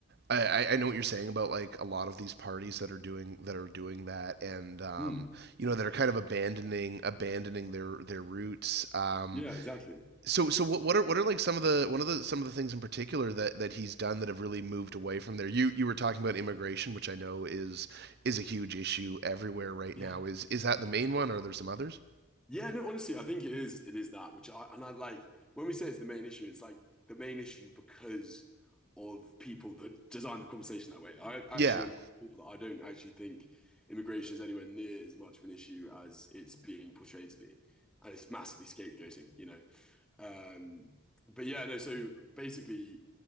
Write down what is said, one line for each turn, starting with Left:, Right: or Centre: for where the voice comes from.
Right: I, I- I know what you're saying about like a lot of these parties that are doing that are doing that, and um,
Centre: Mm.
Right: you know that are kind of abandoning abandoning their their roots. Um,
Centre: Yeah, exactly.
Right: So so what what are what are like some of the one of the some of the things in particular that that he's done that have really moved away from there? You you were talking about immigration, which I know is is a huge issue everywhere right
Centre: Yeah,
Right: now. Is is that the main one or are there some others?
Centre: Yeah, no, honestly, I think it is. It is that, which I and I like when we say it's the main issue, it's like the main issue because of people that design the conversation that way. I actually
Right: Yeah.
Centre: am one of the people that I don't actually think immigration is anywhere near as much of an issue as it's being portrayed to be. And it's massively scapegoating, you know. Um, but yeah, no, so basically